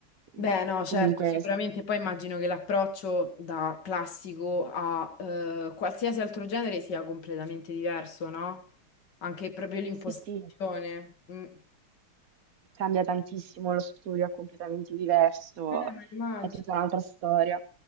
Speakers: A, on the left (about 55°); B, on the right (about 50°).
A: Beh,
B: Mm,
A: no, certo,
B: Comunque,
A: sicuramente. Poi immagino che l'approccio da classico a eh, qualsiasi altro genere sia completamente diverso, no? Anche proprio l'impostazione.
B: sì, sì.
A: Mm. Eh,
B: cambia tantissimo, lo studio è completamente diverso,
A: ma immagino.
B: è tutta un'altra storia.